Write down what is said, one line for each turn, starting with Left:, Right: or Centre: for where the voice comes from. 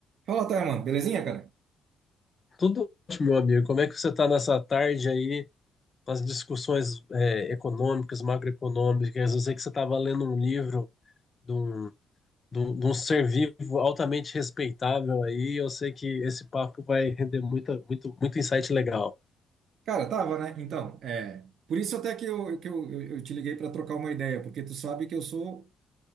Right: Fala, Taiman, belezinha, cara?
Left: Tudo ótimo, meu amigo. Como é que você está nessa tarde aí com as discussões é, econômicas, macroeconômicas? Eu sei que você estava lendo um livro de um, de um, de um ser vivo altamente respeitável aí. Eu sei que esse papo vai render muita, muito, muito insight legal.
Right: Cara, tava, né? Então, é. Por isso até que eu, que eu, eu eu te liguei para trocar uma ideia, porque tu sabe que eu sou